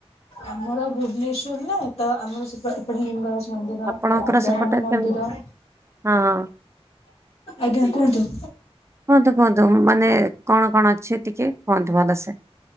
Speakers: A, on the left (about 70°); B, on the right (about 25°).
A: ଆମର ଭୁବନେଶ୍ୱର ନା ତ ଆମର ସେପ ଏପଟେ ଲିଙ୍ଗରାଜ। ମନ୍ଦିର,
B: ଆପଣଙ୍କର
A: ରାଜାରାଣୀ
B: ସେପଟେ
A: ମନ୍ଦିର,
B: କେମି ହଁ
A: ଆଜ୍ଞା! କୁହ ନ୍ତୁ
B: କୁହନ୍ତୁ। କୁହନ୍ତୁ ମାନେ କଣ କଣ ଅଛି। ଟିକେ କୁହନ୍ତୁ ଭଲସେ